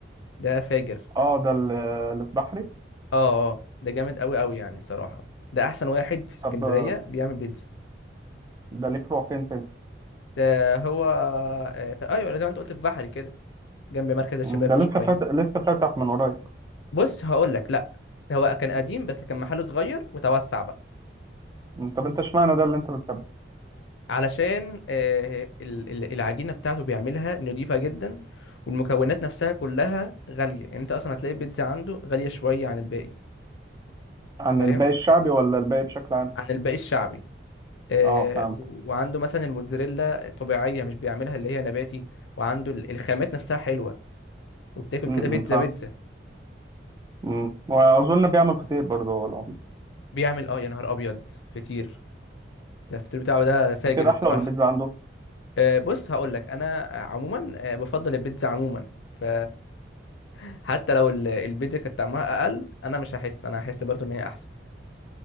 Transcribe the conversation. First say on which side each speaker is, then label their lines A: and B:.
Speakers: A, on the left; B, on the right.
A: ده فاجر
B: اه ده ال- اللي في بحري
A: اه اه ده جامد قوي قوي يعني صراحة ده أحسن واحد في اسكندرية
B: طب آه،
A: بيعمل بيتزا
B: ده ليه فروع فين تاني
A: ده هو آه، في أيوة زي ما أنت قلت في بحري كده جنب مركز الشباب
B: مم، ده
A: بشوية
B: لسه فاتح لسه فاتح من قريب
A: بص هقول لك لأ هو كان قديم بس كان محله صغير وتوسع بقى
B: مم، طب انت اشمعنى ده اللي انت بتحبه
A: علشان آه، ال- ال- العجينة بتاعته بيعملها نضيفة جدا والمكونات نفسها كلها غالية يعني أنت أصلا هتلاقي البيتزا عنده غالية شوية عن الباقي
B: عن
A: فاهم
B: الباقي الشعبي ولا الباقي بشكل عام
A: عن الباقي الشعبي آه،
B: اه فهمت
A: و- وعنده مثلا الموتزاريلا طبيعية مش بيعملها اللي هي نباتي وعنده ال- الخامات نفسها حلوة وبتاكل
B: امم
A: كده بيتزا
B: فاهم
A: بيتزا
B: امم واظن بيعمل فطير برضه هو العمده
A: بيعمل اه يا نهار أبيض فطير ده الفطير بتاعه ده فاجر
B: فطير
A: الصراحة
B: احلى ولا بيتزا عنده
A: آه، بص هقول لك أنا عموما آه، بفضل البيتزا عموما ف <laughs> حتى لو ال- البيتزا كانت طعمها أقل أنا مش هحس أنا هحس برضو إن هي أحسن